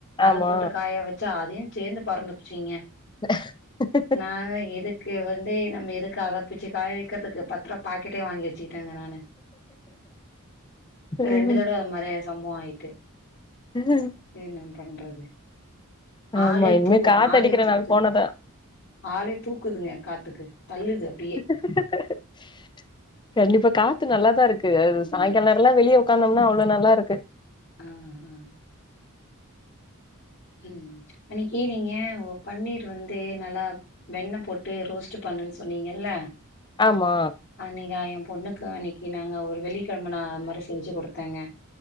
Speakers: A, on the left; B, on the left.
A: அத
B: ஆமா
A: போட்டு காய வச்சு ச்சா அதையும் சேந்து பறந்து புச்சிங்க
B: <unintelligible>
A: ஆ இதுக்கு வந்து நம்ம எதுக்கு அத பிச்சு காய வைக்கிறதுக்கு பத்துருவா பாக்கெட்டே வாங்கி வச்சுக்கிட்டேங்க நானு
B: ம்
A: ரெண்டு தடவ அது மாரி ஆ சம்பவோ ஆயிட்டு
B: ம்
A: என்ன பண்றது
B: ஆமா
A: ஆலே
B: இனிமே
A: தூ
B: காத்தடிக்கிற
A: ஆலே தூக்குதுங்க
B: நாள் போனதா
A: ஆளே தூக்குதுங்க காத்துக்கு தள்ளுது அப்டியே
B: <unintelligible> கண்டிப்பா காத்து நல்லாதா இருக்கு அது சாயங்கால நேரல்லா வெளிய ஒக்காந்தம்னா அவ்ளோ நல்லா இருக்கு
A: ஆ ஆ ம் அன்னைக்கு நீங்க பன்னீர் வந்து ந்து நல்லா வெண்ண போட்டு ரோஸ்ட்டு பண்ணுன்னு சொன்னீங்கள்ள
B: ஆமா
A: அன்னைக்கு ஆ ஏ பொண்ணுக்கு அன்னைக்கு நாங்க ஒரு வெள்ளிக்கெழம நா அது மாரி செஞ்சு குடுத்தேங்க